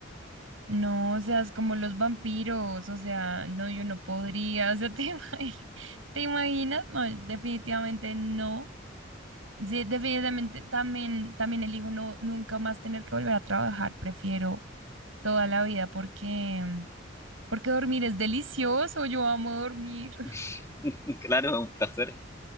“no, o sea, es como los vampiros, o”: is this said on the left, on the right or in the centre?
Right